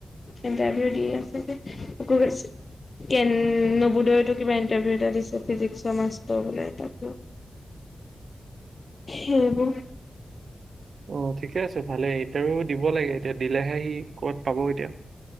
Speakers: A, on the left; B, on the right.
A: কিন্তু আহিও দি আছে যে হেটো কৰিছে কেন নবোদয়তো কিবা ইণ্টাৰভিউ এটা দিছে ফিজিক্সৰ মাষ্টৰ বোলে তাকো হেইবোৰ
B: অ ঠিকে আছে ভালে ইণ্টাৰভিউ দিব লাগে এতিয়া দিলেহে সি ক'ত পাব এতিয়া